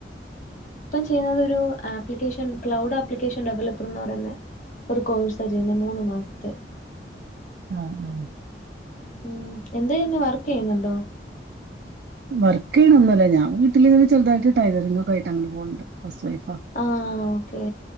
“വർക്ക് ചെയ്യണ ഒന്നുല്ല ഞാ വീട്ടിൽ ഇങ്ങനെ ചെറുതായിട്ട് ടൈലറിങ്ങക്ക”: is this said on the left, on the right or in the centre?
Right